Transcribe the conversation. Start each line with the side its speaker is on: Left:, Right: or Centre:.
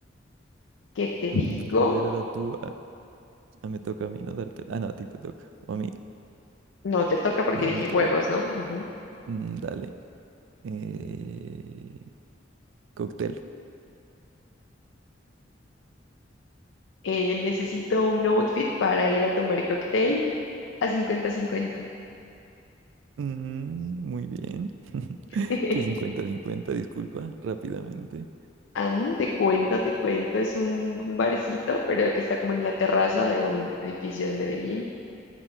Left: ¿Qué te
Right: Mm,
Left: digo?
Right: a ver, ahora tú, ah, ah, me toca a mí, ¿no? Darte. Ah, no, a ti te toca. O a mí.
Left: No, te toca porque
Right: No, a
Left: dije
Right: mí creo.
Left: huevos, ¿no? Ujú.
Right: Mm, dale. Eh, cóctel.
Left: Eh, necesito un outfit para ir a tomar cóctel a cincuenta-cincuenta.
Right: Mm, muy bien. <laughs>
Left: <laughs>
Right: Que cincuenta cincuenta disculpa, rápidamente.
Left: Am, te cuento, te cuento. Es un barcito, pero que está como en la terraza de un edificio de Medellín.